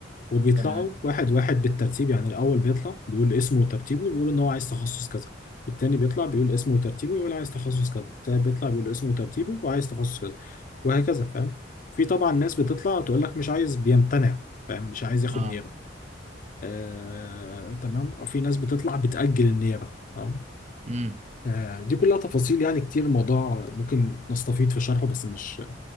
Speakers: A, on the left (about 45°); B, on the right (about 35°).
A: وبيطلعوا
B: تمام
A: واحد واحد بالترتيب يعني الأول بيطلع بيقول اسمه وترتيبه بيقول إن هو عايز تخصص كذا التاني بيطلع بيقول اسمه وترتيبه بيقول عايز تخصص كذا التالت بيطلع بيقول اسمه وترتيبه وعايز تخصص كذا وهكذا فاهم في طبعا ناس بتطلع تقول لك مش عايز بيمتنع فاهم مش عايز ياخد
B: اه
A: نيابة آه تمام وفي ناس بتطلع بتأجل النيابة تمام
B: امم
A: آه دي كلها تفاصيل يعني كتير الموضوع ممكن نستفيد في شرحه بس مش